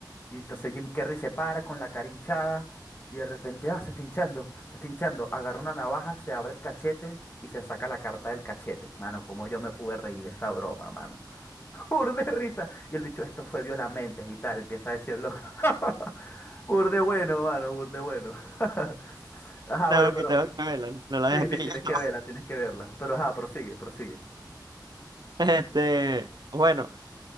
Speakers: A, on the left; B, on the right.
A: Y entonces Jim Carrey se para con la cara hinchada y de repente, ah, se está hinchando, se está hinchando. Agarra una navaja, se abre el cachete y se saca la carta del cachete. Mano, como yo me pude reír de esa broma, mano. Pur de risa. Y el bicho, esto fue violamente y tal, empieza a decir el loco. <laughs> Pur de bueno, mano, pur de bueno. <laughs> Ajá,
B: Tengo
A: bueno, pero
B: que, tengo que verla, no la había
A: sí,
B: pillado.
A: sí, tienes que
B: <laughs>
A: verla, tienes que verla. Pero ajá, prosigue, prosigue.
B: Este, bueno,